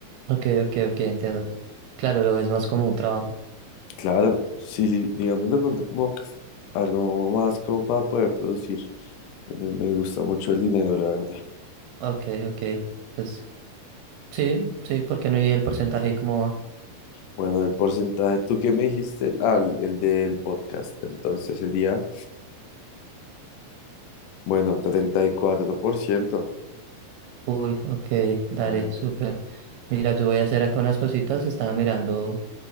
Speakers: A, on the right; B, on the left.
A: Ok, ok, ok, entiendo. Claro, lo ves más como un trabajo.
B: Claro, sí, sí, digamos de pronto como algo más como para poder producir. Me, me gusta mucho el dinero, la verdad.
A: Ok, ok. Pues Sí, sí, porque no llegué el porcentaje y como, va.
B: Bueno, el porcentaje, ¿tú qué me dijiste? Ah, el el del podcast. Entonces sería... Bueno, setenta y cuatro por ciento
A: uy, ok, dale,
B: Bueno,
A: súper. Mira, yo voy a hacer acá unas cositas, estaba mirando